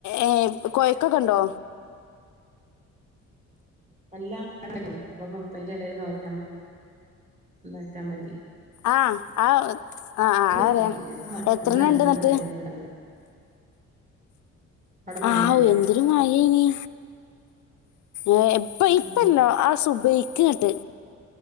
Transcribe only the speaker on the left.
ഏ കൊയക്കക്ക ഉണ്ടോ
ആ ആ ആ ആ
അറിയാം
എത്രണ്ണം
ഉണ്ട് എന്നിട്ട്
ആവു എന്തൊരു മഴയെനീ ഏ ഇപ്പോയ് ഇപ്പം
അല്ലാ ആ സുബേ ക്ക്ട്ട്